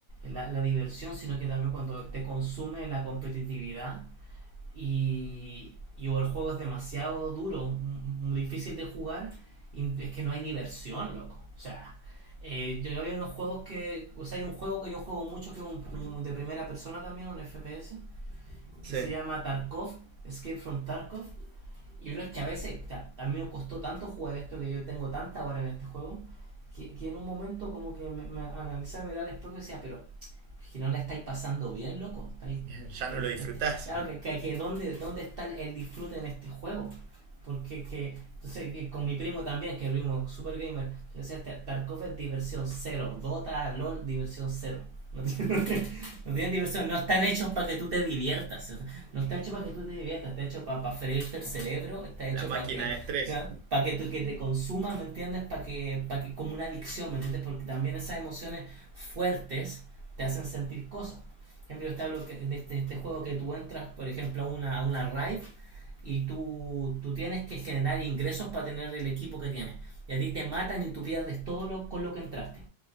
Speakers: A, on the right (about 55°); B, on the right (about 90°).
A: la, la diversión, sino que también cuando te consume la competitividad y, y o el juego es demasiado duro, m- muy difícil de jugar, y es que no hay diversión, loco. O sea, eh, yo, yo había unos juegos que, o sea, hay un juego que yo juego mucho, que es un, un de primera persona también, un FPS,
B: Sí,
A: que se llama Tarkov, Escape from Tarkov. Y yo creo que a veces, ca- a mí me costó tanto jugar esto que yo tengo tanta hora en este juego, que, que en un momento como que me, me analicé, me miraba al espejo y decía, pero es que no la estáis pasando bien, loco. Estáis,
B: <laughs> ya
A: estáis-
B: no lo disfrutás.
A: estáis- claro, que, que, que ¿dónde, ¿dónde está el, disfrute en este juego? Porque que, entonces, con mi primo también, que es primo super gamer, yo decía, "Este Tarkov es diversión cero, Dota, LOL, diversión cero. No <laughs> tiene, no tiene diversión, no están hechos para que tú te diviertas. No está hecho para que tú te diviertas, está hecho para, para freírte el cerebro, está hecho
B: La máquina
A: para que,
B: de estrés.
A: ¿ya? para que tú que te consumas, ¿me entiendes? Para que, para que como una adicción, ¿me entiendes? Porque también esas emociones fuertes te hacen sentir cosas. Por ejemplo, yo te hablo que- de este, este juego que tú entras, por ejemplo, a una, a una raid y tú, tú tienes que generar ingresos para tener el equipo que tienes. Y a ti te matan y tú pierdes todo lo con lo que entraste.